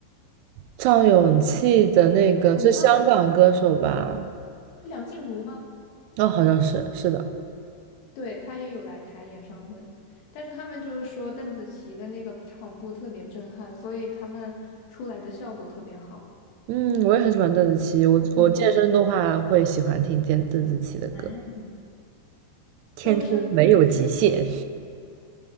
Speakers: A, on the right; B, on the left.
A: 赵咏契的那个是香港歌手吧？
B: 静茹吗？<laughs> 是梁静茹吗？
A: 哦，好像是，是的。
B: 对，他也有来开演唱会，但是他们就是说邓紫棋的那个场布特别震撼，所以他们出来的效果特别好。
A: 嗯，我也很喜欢邓紫棋，我我健身的话会喜欢听邓邓紫棋的歌，
B: 嗯，哎，
A: 《天空没有极限》。
B: 周深呢，